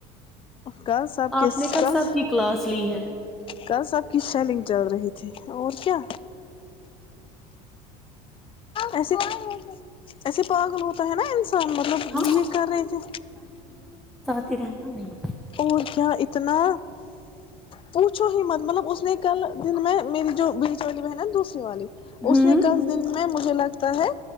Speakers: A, on the left; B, in the centre.
A: کل سب
B: آپ
A: کس
B: نے
A: کل
B: سب کی کلاس لی ہے
A: کل سب کے سیلنگ چل رہی تھی اور کیا ایسے ایسے پاگل ہوتا ہے نا ان مطلب
B: ہاں
A: یہ کر رہے تھے
B: ت رہانا ملتے ہے
A: اور کیا اتنا پوچھو ہی مت مطلب اس اس نے کل دن میں میری جو بیچ والی ب ہے نا دوسری والی
B: ہوں
A: اس میں کس دن میں مجھے لگتا ہے